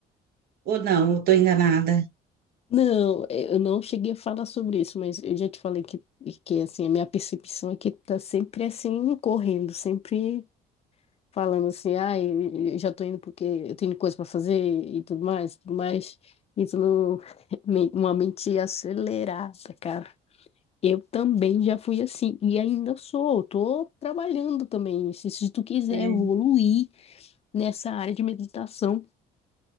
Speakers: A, on the right; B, on the left.
A: Ou não, eu estou enganada?
B: Não, eh, eu não cheguei a falar sobre isso, mas eu já te falei que, que assim, a minha percepção é que tá sempre assim, correndo, sempre falando assim, ah, eu eu já tô indo porque eu tenho coisa para fazer e tudo mais, tudo mais. Isso não, <laughs> me- uma mente acelerada, cara. Eu também já fui assim, e ainda sou, tô trabalhando também. Se, se tu quiser
A: É.
B: evoluir nessa área de meditação,